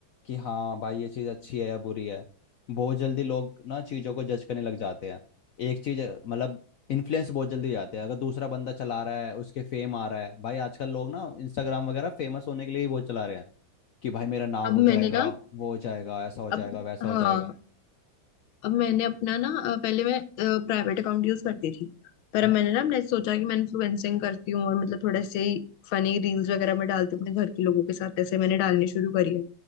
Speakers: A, on the left (about 75°); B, on the left (about 80°).
A: कि हाँ भाई ये चीज़ अच्छी है या बुरी है बहुत जल्दी लोग ना चीज़ों को जज करने लग जाते हैं एक चीज़ मतलब इन्फ्लुएंस बहुत जल्दी हो जाते हैं अगर दूसरा बंदा चला रहा है उसके फेम आ रहा है भाई आजकल लोग ना इंस्टाग्राम वगैरह फेमस होने के लिए ही बहुत चला रहे हैं कि भाई मेरा नाम
B: अब
A: हो जाएगा
B: मैंने ना
A: वो हो जाएगा ऐसा हो जाएगा
B: अब
A: वैसा हो
B: हाँ
A: जाएगा
B: अब मैंने अपना ना अ, पहले मैं प्राइवेट अकाउंट यूज करती थी पर
A: हाँ
B: अब मैंने ना मैंने सोचा कि मैं इन्फ्लुएंसिंग करती हूँ और मतलब थोड़ा से ही फनी रील्स वगैरह मैं डालती हूँ अपने घर के लोगों के साथ ऐसे मैंने डालनी शुरू करी है